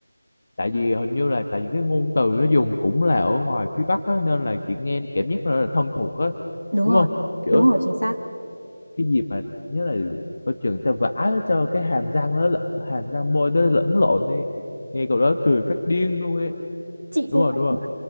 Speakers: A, on the left; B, on the right.
A: tại vì hình như là tại vì cái ngôn từ nó dùng cũng là ở ngoài phía Bắc á, nên là chị nghe cảm giác nó là thân thuộc á
B: Đúng
A: đúng
B: rồi,
A: không kiểu
B: đúng rồi, chính xác.
A: cái gì mà nhớ là ở trường người ta vả cho cái hàm răng nó lẫn- hàm răng môi nó lẫn lộn đi nghe cậu đó cười phát điên luôn ấy
B: Chị
A: đúng
B: cũng
A: không
B: vậy.
A: đúng không